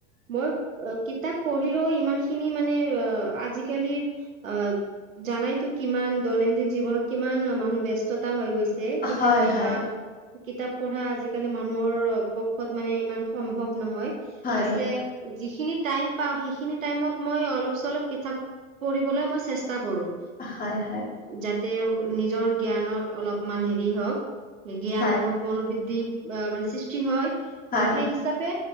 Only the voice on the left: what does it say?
হয়,
হয়,
হয়,
হয়, হয়।
হয়,
হয়,